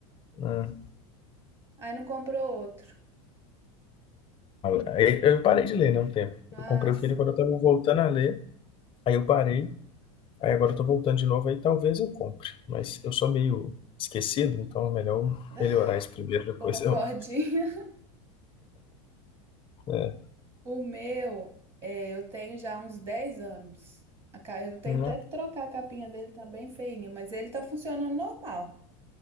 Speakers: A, on the left; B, on the right.
A: Ah,
B: Aí não comprou outro.
A: aí eu parei de ler, né, um tempo.
B: Ah,
A: Eu comprei o
B: sim.
A: Kindle quando eu estava voltando a ler. Aí eu parei. Aí agora eu tô voltando de novo, aí talvez eu compre. Mas eu sou meio esquecido, então é melhor eu
B: <laughs>
A: melhorar isso primeiro, depois
B: Pô, uma cordinha.
A: eu... É,
B: O meu, é, eu tenho já uns 10 anos. A ca- Eu tenho
A: né?
B: até que trocar a capinha dele, tá bem feinha, mas ele tá funcionando normal.